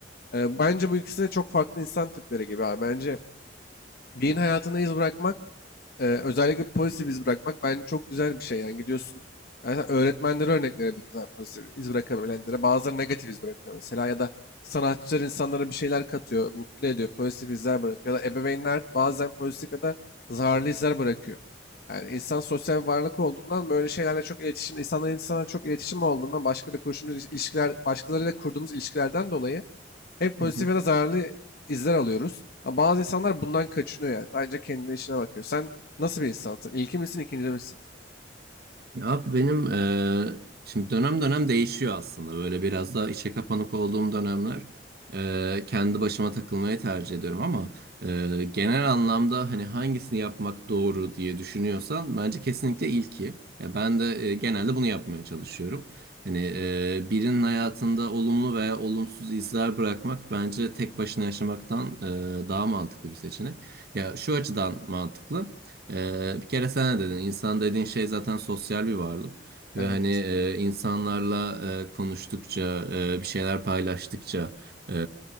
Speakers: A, on the left (about 55°); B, on the right (about 60°).
A: Ee, bence bu ikisi de çok farklı insan tipleri gibi abi. Bence birinin hayatına iz bırakmak ee, özellikle pozitif iz bırakmak bence çok güzel bir şey. Yani gidiyorsun mesela öğretmenlere örnek verebiliriz abi pozitif iz bırakabilenlere. Bazıları negatif iz bırakıyor mesela ya da sanatçılar insanlara bir şeyler katıyor, mutlu ediyor, pozitif izler bırakıyor. Ya da ebeveynler bazen pozitif ya da zararlı izler bırakıyor. Yani insan sosyal bir varlık olduğundan böyle şeylerle çok iletişim, insanların insana çok iletişim olduğundan başkalarıyla kurduğumuz ilişkiler, başkalarıyla kurduğumuz ilişkilerden dolayı hep pozitif
B: Hı hı.
A: ya da zararlı izler alıyoruz. Ama bazı insanlar bundan kaçınıyor yani. Sadece kendine işine bakıyor. Sen nasıl bir insansın? İlki misin, ikinci misin?
B: Ya Abi benim eee, şimdi dönem dönem değişiyor aslında böyle biraz daha içe kapanık olduğum dönemler eee, kendi başıma takılmayı tercih ediyorum ama eee, genel anlamda hani hangisini yapmak doğru diye düşünüyorsan bence kesinlikle ilki. Ya ben de eee, genelde bunu yapmaya çalışıyorum. Hani eee, birinin hayatında olumlu veya olumsuz izler bırakmak bence tek başına yaşamaktan eee, daha mantıklı bir seçenek. Ya şu açıdan mantıklı. Ee, bir kere sen de dedin insan dediğin şey zaten sosyal bir varlık
A: Evet,
B: ve hani e, insanlarla e, konuştukça e, bir şeyler paylaştıkça e,